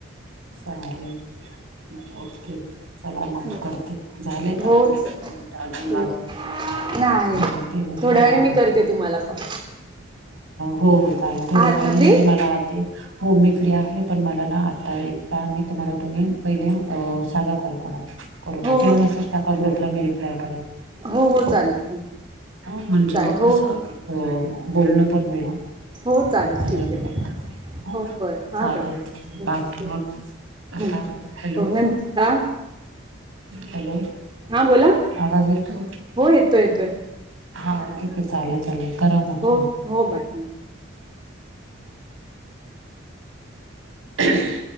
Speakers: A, on the right; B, on the right.
A: सण आलेत ओके चला मग
B: बर
A: करते झाले का
B: होच
A: आपले नीट अजून बाकी
B: हो नाही
A: ह ते
B: थोड्या
A: हा
B: वेळ मी करते तुम्हाला कॉल
A: हो चालेल थोड्या
B: आहात
A: वेळ
B: ना फ्री
A: म्हणजे मला आधी हो मी फ्री आहे पण मला ना आत्ता एक काम आहे मला तुम्ही पहिले साधा कॉल करा करू
B: हो
A: किंवा
B: हो
A: मसेज टाका ग्रपला मी रिप्लाय करेल
B: हो हो चालेल
A: ह म्हणजे
B: चालेल
A: मग
B: हो
A: कसं अ बोलणं पण होईल
B: हो चालेल
A: अजून
B: ठीक आहे
A: काय अ
B: हो बरं हां
A: चालेल
B: करते
A: चालेल बाकी
B: हो हो
A: मग आता
B: हं बाय
A: हॅलो
B: हो न हां
A: हॅलो
B: हां बोला
A: आवाज येतो
B: हो येतोय येतोय
A: हा ठीक आहे चालेल चालेल. करा मग
B: हो हो बाय हं
A: ह